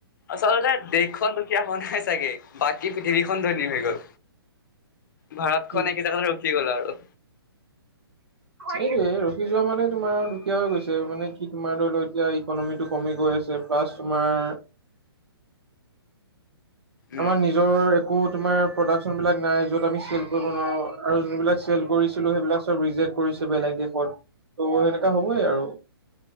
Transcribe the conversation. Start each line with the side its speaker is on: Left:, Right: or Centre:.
Left: আচলতে দেশখন দুখিয়া হোৱা নাই চাগে বাকী পৃথিৱীখন ধনী হৈ গ'ল। ভাৰত
Right: কি
Left: খনে একেজেগাতে ৰখি গ'ল আৰু।
Right: এইটোয়ে ৰখি যোৱা মানে তোমাৰ দুখীয়া হৈ গৈছে মানে কি তোমাৰ ধৰি লও এতিয়া। ইকনমিটো কমি গৈ আছে ফাৰ্ষ্ট তোমাৰ।
Left: উম।
Right: আমাৰ নিজৰ। অ তোমাৰ প্ৰডাকশ্যনবিলাক নাই য'ত আমি চেল কৰিব নোৱাৰোঁ আৰু যোনবিলাক চেল কৰিছিলোঁ সেইবিলাক চব ৰিজেক্ট। কৰিছে বেলেগ দেশত ত' সেনেকুৱা হ'বই আৰু।